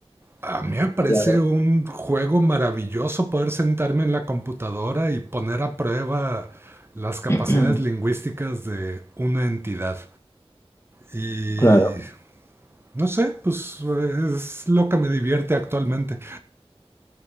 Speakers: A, on the right (about 20°); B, on the left (about 25°).
A: A mí me parece
B: Claro,
A: un juego maravilloso poder sentarme en la computadora y poner a prueba las capacidades
B: <clears throat>
A: lingüísticas de una entidad. Y
B: claro,
A: no sé, pues es lo que me divierte actualmente.